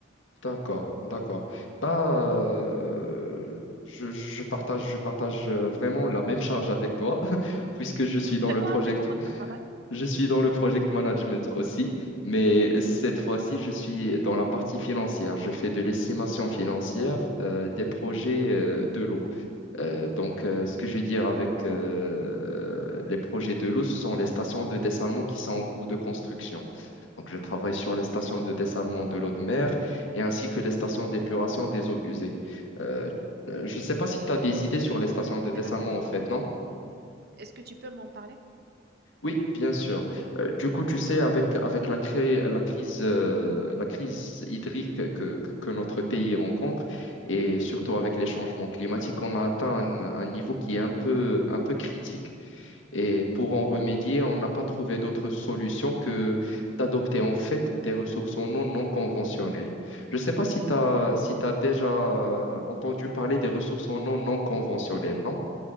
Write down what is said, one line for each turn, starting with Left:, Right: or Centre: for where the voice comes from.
Left: D'accord, d'accord. Bah, euh, je, je partage, je partage euh, vraiment la même charge avec toi, <laughs> puisque je
Right: Mhm.
Left: suis dans
Right: C'est
Left: le
Right: quoi,
Left: project,
Right: c'est quoi votre travail?
Left: je suis dans le project management aussi, mais
Right: Mhm.
Left: cette fois-ci, je suis dans la partie financière. Je fais de l'estimation financière euh, des projets euh, de l'eau. Euh, donc, euh, ce que je veux dire avec euh, les projets de l'eau, ce sont les stations de dessalement qui sont en cours de construction. Donc, je travaille sur les stations de dessalement de l'eau de mer et ainsi que les stations d'épuration des eaux usées. Euh, euh, je ne sais pas si tu as des idées sur les stations de dessalement,
Right: C'est intéressant.
Left: en fait, non?
Right: Est-ce que tu peux m'en parler?
Left: Oui, bien sûr. Euh, du coup, tu sais, avec, avec la, cré- la crise, euh, la crise hydrique que, que notre pays rencontre, et surtout avec les changements climatiques, on a atteint un, un niveau qui est un peu, un peu critique. Et pour en remédier, on n'a pas trouvé d'autre solution que d'adopter en fait des ressources en eau non conventionnelles. Je ne sais pas si tu as, si tu déjà euh, entendu parler des ressources en eau non conventionnelles, non?